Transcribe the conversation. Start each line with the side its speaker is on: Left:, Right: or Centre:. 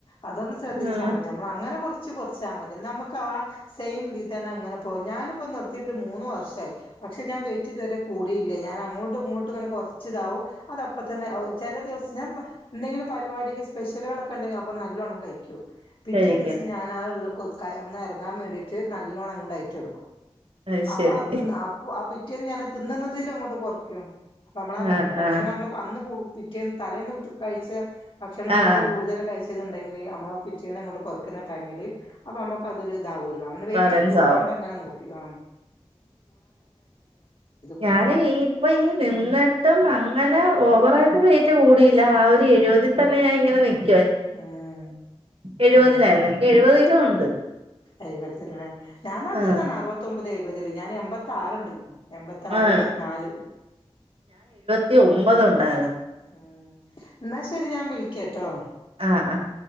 Left: അതൊന്ന് ശ്രദ്ധിച്ചാ
Right: ഉം
Left: മതി അമ്മൾ അങ്ങനെ കുറച്ച് റച്ച് കുറച്ചാ മതി നമുക്ക് ആ സെയിംതീ തന്നെ അങ്ങനെ പോകും ഞാനിപ്പോ നിർത്തിട്ട് മൂന്ന് വർഷയി പക്ഷെ ഞാൻ വെയ്റ്റ്തുവരെ കൂടിയില്ലേനിം ഞാൻ അങ്ങോട്ടും ഇങ്ങോട്ടും ഇങ്ങനെ കുറച്ചതകും അത അപ്പ തന്നെ ചില ദിവസം ഞാൻ മ എന്തെങ്കിലും പരിപാടിക്ക് പെഷ്യലുകളൊക്കെ ഉണ്ടെങ്കിൽ അപ്പൊ നല്ലോണ്ണം കഴിക്കൂ പിറ്റേ
Right: കഴിക്കാം
Left: ദിവസം ഞാൻ ആ ഉള്ള കുതുകായ ഒന്നെറങ്ങാൻ വേണ്ടീട്ട് നല്ലോണ്ണങ്ങ് ടയറ്റെടുക്കും
Right: അത്
Left: അപ്പഅത്തി
Right: ശരി
Left: അപ്പ അപ്പി റ്റെ ഞാനൻ തിന്നുന്നതില ങ്ങോട്ട് കുറക്കും അമ്മളെ
Right: ആഹ്
Left: ഭ ഭക്ഷണം
Right: ആഹ്
Left: മ്മള് അന്ന് കൂ പിറ്റേന്ന് തലേന്ന് കഴിച്ച് ഭക്ഷണം ഫുഡ്
Right: ആഹ്
Left: കൂടുതൽ കഴിച് ഇത് ണ്ടെങ്കില് നമ്മ പിറ്റേന്നഅങ്ങോട്ട്‌ കുറക്കുന്ന ടൈമില് അപ്പോ അമ്മക്കതൊര് ഇതാവല്ലോ അങ്ങനെ വെയിറ്റ്
Right: ബാലൻസ്
Left: കൂടാണ്ട
Right: ആവും
Left: ങ്ങനെ നോക്ക അ പോകും
Right: ഞാന് ഈ ഇപ്പ ഈ നിന്നിട്ടും അങ്ങനെ ഓവറായിട്ട് വെയിറ്റ് കൂടി ല്ല ആഹ് ഒരു എഴുപതിൽ തന്നെ ഞാ ഇങ്ങനെ നിക്ക
Left: ഉം
Right: എഴുപതിലായിരുന്നു
Left: അങ്ങൻത്തെ
Right: എനിക്ക് എഴുപത് കിലോ ഉണ്ട്
Left: എഴുപത് ലേ ഞാൻ അത്ര
Right: ആഹ്
Left: തന്നെ അറുപത്തൊമ്പത് പതില് ഞാൻ എൺമ്പത്താറ് ണ്ടായ്നു. എൺമ്പത്താറ്
Right: ആഹ്
Left: എൺമ്പത്തി നാല്
Right: ത്തി ഒൻമ്പത് ഉണ്ടായിരുന്നു.
Left: ആഹ് എന്നാ ശെരി ഞാൻ വിളിക്കട്ടോ.
Right: ആഹ് ആഹ്